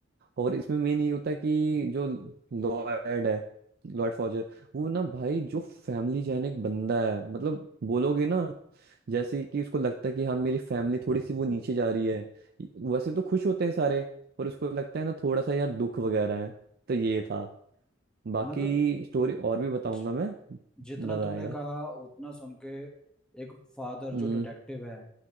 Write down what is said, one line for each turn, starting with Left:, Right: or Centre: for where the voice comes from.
Right: और इसमें मेन ये होता है कि जो लॉयड है लॉयड फॉजर वो ना भाई जो फैमिली जैन एक बंदा है मतलब बोलोगे ना जैसे कि उसको लगता है कि हाँ मेरी फैमिली थोड़ी सी वो नीचे जा रही है वैसे तो खुश होते हैं सारे पर उसको लगता है ना थोड़ा सा यार दुख वगैरह है तो ये था बाकी
Centre: मतलब
Right: स्टोरी और भी बताऊंगा
Centre: जि,
Right: मैं
Centre: जितना
Right: मजा
Centre: तुमने
Right: आएगा
Centre: कहा उतना सुन के एक फादर
Right: हम्म
Centre: जो डिटेक्टिव है